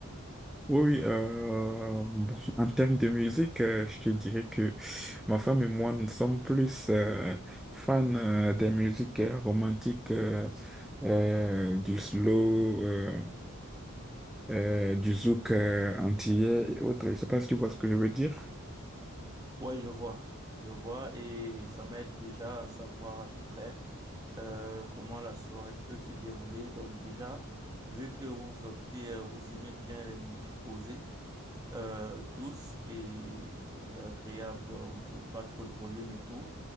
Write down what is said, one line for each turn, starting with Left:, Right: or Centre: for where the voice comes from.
Centre: Oui, oui, euh, bon, en termes de musique, euh, je te dirais que ma femme et moi, nous sommes plus euh, fans euh, des musiques euh, romantiques, euh, euh, du slow, euh, euh, du zouk euh, antillais et autres. Je ne sais pas si tu vois ce que je veux dire.
Right: Ouais, je vois, je vois, et ça m'aide déjà à savoir à peu près euh, comment la soirée peut se dérouler. Donc déjà, vu que vous optez, euh, vous aimez bien les musiques posées, euh, douces et, et agréables, donc euh, pas trop de volume et tout,